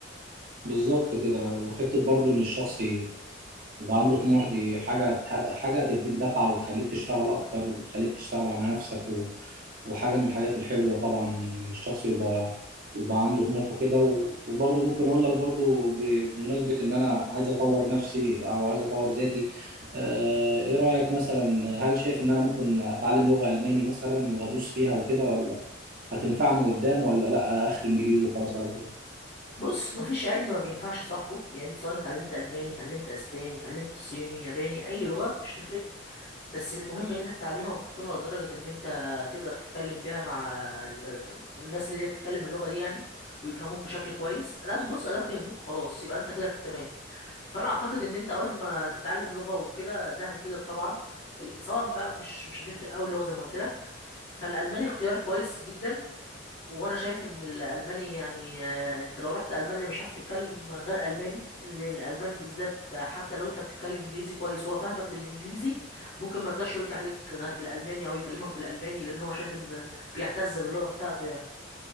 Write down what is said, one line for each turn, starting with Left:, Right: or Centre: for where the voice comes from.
Right: بالظبط كده وحتة برضو ان الشخص يبقى عنده طموح دي حاجة هت- حاجة هتديك دفعة وتخليك تشتغل أكتر وتخليك تشتغل على نفسك و... وحاجة من الحاجات الحلوة طبعا إن الشخص يبقى يبقى عنده طموح وكده و... وبرضه ممكن أقول لك برضه ب... بمناسبة إن أنا عايز أطور نفسي أو عايز أطور ذاتي آه... إيه رأيك مثلا هل شايف إن أنا ممكن أتعلم لغة ألماني مثلا وأدوس فيها وكده ولا هتنفعني قدام ولا لأ آخر إنجليزي وخلاص على كده؟
Left: بص مفيش علم ما بينفعش صاحبه يعني انت سواء اتعلمت الماني اتعلمت اسباني اتعلمت صيني ياباني اي لغه مش هتفرق بس المهم ان انت تتعلمها وتتقنها لدرجه ان انت تقدر تتكلم بيها مع ال- الناس اللي هي بتتكلم اللغه دي يعني ويفهموك بشكل كويس ادام بص ادام فهموك خلاص يبقى انت كده في التمام فانا اعتقد ان انت اول ما تتعلم لغه وكده ده هيفيدك طبعا ال- سواء بقى مش مش هتفرق قوي اللغه زي ما قلت لك فالالماني اختيار كويس جدا وانا شايف ان الالماني يعني آه، انت لو رحت المانيا مش هتعرف تتكلم غير الماني ال- الالمان بالذات آه، حتى لو انت بتتكلم انجليزي كويس وهو فاهمك بالانجليزي ممكن ما يرضاش يرد عليك غير بالالماني او يكلمك بالالماني لان هو شايف ان بيعتز باللغه بتاعته يعني